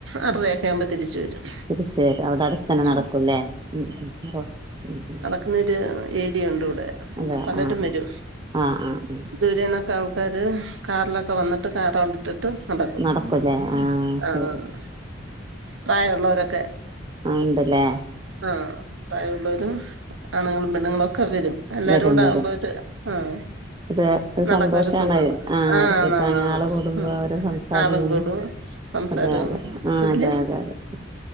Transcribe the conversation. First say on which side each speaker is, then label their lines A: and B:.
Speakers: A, on the right (about 75°); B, on the right (about 25°).
A: ആറരയൊക്കെ
B: ഉം
A: ആവുമ്പോ തിരിച്ചു വരും
B: അത് ശരി അത് അവിടെ അടുത്തന്നെ നടക്കും
A: ഉം
B: ഇല്ലേ ഉം എന്തു ആട്ടെ ഉം ഉം
A: ന്നോരു ഏരിയ ഒണ്ട് ഇവിടെ
B: അതെ
A: പലരും
B: ആഹ്
A: വരും
B: ആഹ് ആഹ്
A: ദൂരെന്ന് ഒക്കെ ആൾക്കാര് കാറില് ഒക്കെ വന്നിട്ട് കാറ് അവിട്ടി ട്ട് നടക്കും
B: നടക്കൂല്ലേ ആഹ് ശരി
A: ആഹ് പ്രായം ഒള്ളവര് ഒക്കെ
B: ആഹ് ഉണ്ടല്ലേ
A: ആഹ് പ്രായം ഒള്ളവരും ആണുങ്ങളും പെണ്ണുങ്ങളും ഒക്കെ വെരും എല്ലാരും
B: വരും
A: കുടെ
B: വരും
A: അവുമ്പോ ഒരു ആഹ്
B: ഒരു
A: നടക്ക
B: സന്തോഷാണ്
A: ഒരു സുഖം ആഹ്
B: ഒരു
A: ആന്ന്
B: സുഖാണ്
A: അന്ന്
B: ആള് കൂടുമ്പോ ഓരോ സംസാരം
A: ആളും
B: ഞമ്മ
A: കൂടും സംസാരവും
B: അതെ അതെ ആഹ്
A: ഉൽഡിഫ്
B: അതെ അതെ അതെ